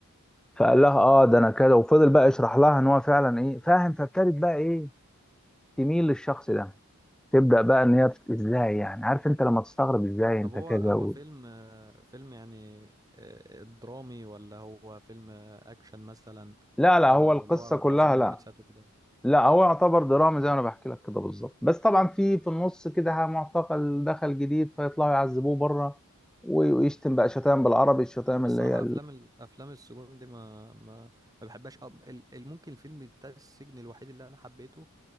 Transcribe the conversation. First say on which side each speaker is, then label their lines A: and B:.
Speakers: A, in the centre; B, on the right.
A: فقال لها اه ده انا كده وفضل بقى يشرح لها ان هو فعلا ايه فاهم فابتدت بقى ايه تميل للشخص ده تبدا بقى ان هي بت- ازاي يعني عارف انت لما تستغرب ازاي
B: طب
A: انت
B: هو
A: كذا
B: هو
A: و...
B: فيلم آه، فيلم يعني آه، درامي ولا هو فيلم آه، اكشن مثلا
A: لا لا
B: و-
A: هو القصه
B: ولا هو
A: كلها
B: معظمه
A: لا
B: محادثات وكده
A: لا هو يعتبر دراما زي ما انا بحكي لك كده بالظبط بس طبعا في في النص كده معتقل دخل جديد فيطلعوا يعذبوه بره ويشتم بقى شتائم بالعربي الشتائم
B: الصراحة
A: اللي هي
B: أفلام ال- أفلام السجون دي ما ما ما بحبهاش أو ال- ال- ممكن الفيلم بتاع السجن الوحيد اللي أنا حبيته